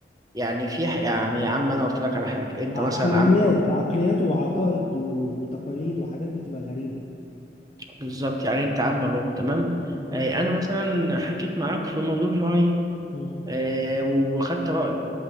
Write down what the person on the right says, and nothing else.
يعني في ح- يعني يا عم أنا قلت لك على حاجة أنت
مثلا عم
بالظبط يعني انت عم اهو تمام
آه، انا مثلا حكيت معاك في موضوع معين
آه، وخدت رايك